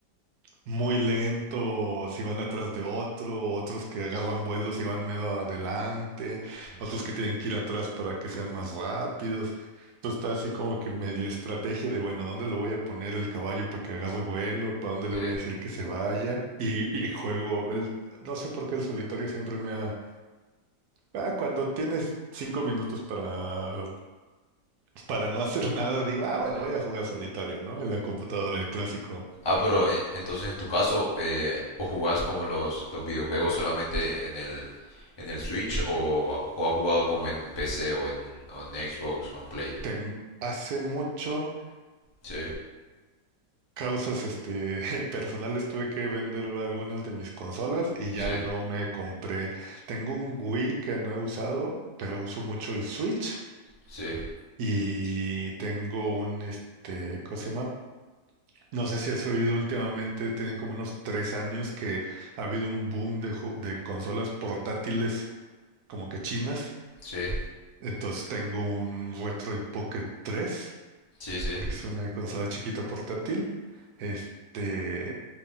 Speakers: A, on the right (about 70°); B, on the left (about 45°).
A: muy lento, si van atrás de otro, otros que agarran vuelos y van medio adelante,
B: Mm,
A: otros que tienen que ir atrás para que sean más rápidos. Entonces está así como que medio estrategia de, bueno, ¿dónde lo voy a poner el caballo para que agarre vuelo? ¿Para dónde le
B: Sí,
A: voy a decir que se vaya? Y, y juego, el, no sé por qué el solitario siempre me ha... Ah, cuando tienes cinco minutos para, para no hacer <laughs> nada, digo, ah, bueno,
B: sí.
A: voy a jugar solitario, ¿no? En la computadora, el clásico.
B: Ah, pero en- entonces en tu caso, eh, ¿o jugás como los, los videojuegos solamente en el, en el Switch o, o has jugado como en PC o en, o en Xbox o en Play?
A: Ten- hace mucho
B: Sí,
A: causas este, <laughs> personales tuve que vender algunas de mis consolas y
B: sí,
A: ya no me compré. Tengo un Wii que no he usado, pero uso mucho el Switch
B: sí,
A: y tengo un, este, ¿cómo se llama? No sé si has oído últimamente, tienen como unos tres años que ha habido un boom de, ju- de consolas portátiles como que chinas.
B: sí,
A: Entonces tengo un Retroid Pocket 3,
B: sí, sí,
A: que es una consola chiquita portátil. Este,